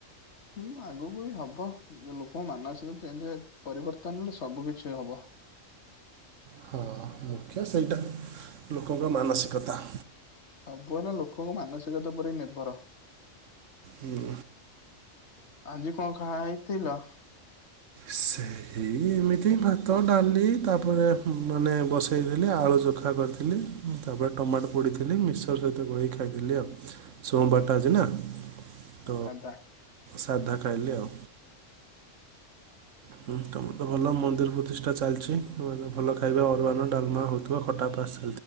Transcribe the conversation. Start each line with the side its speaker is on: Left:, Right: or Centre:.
Left: ହୁଁ ଆଗକୁ ବି ହବ ଲୋକଙ୍କ ମାନସିକ ଚେଞ୍ଚ ପରିବର୍ତ୍ତନରେ ସବୁକିଛି ହବ।
Right: ହଁ ମୁଖ୍ୟ ସେଇଟା ଲୋକଙ୍କ ମାନସିକତା।
Left: ସବୁ ହେଲା ଲୋକଙ୍କ ମାନସିକତା ଉପରେ ନିର୍ଭର।
Right: ହୁଁ।
Left: ଆଜି କଣ ଖାଇଥିଲ?
Right: ସେଇ ଏମିତି ଭାତ ଡାଲି ତାପରେ ମାନେ ବସେଇଦେଲି ଆଳୁ ଚୋଖା କରିଥିଲି ତାପରେ ଟମାଟୋ ପୋଡ଼ିଥିଲି ମିକ୍ସର ସହିତ ଗୋଳେଇକି ଖାଇଥିଲି ଆଉ ସୋମବାରଟା ଆଜି ନା। ତ
Left: ହନ୍ତା
Right: ସାଧା ଖାଇଲି ଆଉ। ହୁଁ ତମର ତ ଭଲ ମନ୍ଦିର ପ୍ରତିଷ୍ଟା ଚାଲଚି ନୂଆ ନୂଆ ଭଲ ଖାଇବା ଅରୁଆନ୍ନ ଡାଲମା ହୋଉଥୁବ ଖଟା ପାସ